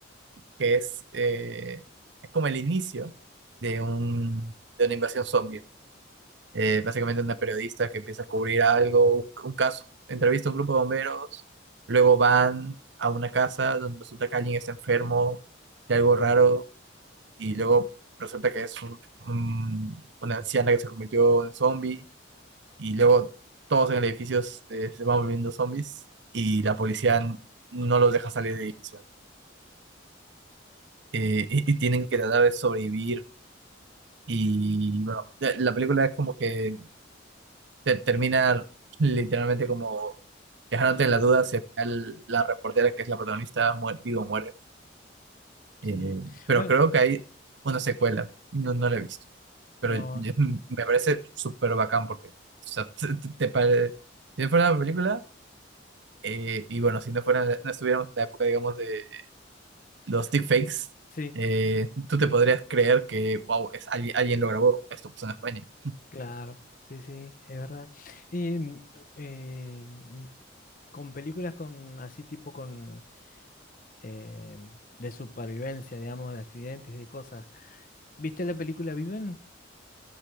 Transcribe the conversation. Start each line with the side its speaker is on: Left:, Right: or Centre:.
Right: que es, eh, es como el inicio de, un, de una invasión zombie. eh, básicamente una periodista que empieza a cubrir algo, un caso, entrevista a un grupo de bomberos, luego van a una casa donde resulta que alguien está enfermo de algo raro y luego resulta que es un- un- una anciana que se convirtió en zombie y luego todos en el edificio eh, se van volviendo zombies y la policía no los deja salir del edificio. Eh, y, y tienen que tratar de sobrevivir y bueno, la la película es como que te- termina literalmente como dejándote en la duda si al final la reportera que es la protagonista muere, vivo o muere.
Left: Sí.
Right: Eh, pero
Left: Bueno,
Right: creo que hay una secuela, no, no la he visto, pero
Left: no.
Right: yo- <laughs> me parece súper bacán porque, o sea, <laughs> te- te pare- si no fuera una película, eh, y bueno, si no fuera, no estuviéramos en la época, digamos, de los deepfakes,
Left: Sí,
Right: eh, tú te podrías creer que, wow, es, alguien, alguien lo grabó, esto pasó en España.
Left: claro. Sí, sí, es verdad. Y, mm, eh, y con películas con así tipo con eh, de supervivencia, digamos, de accidentes, de cosas. ¿Viste la película Viven?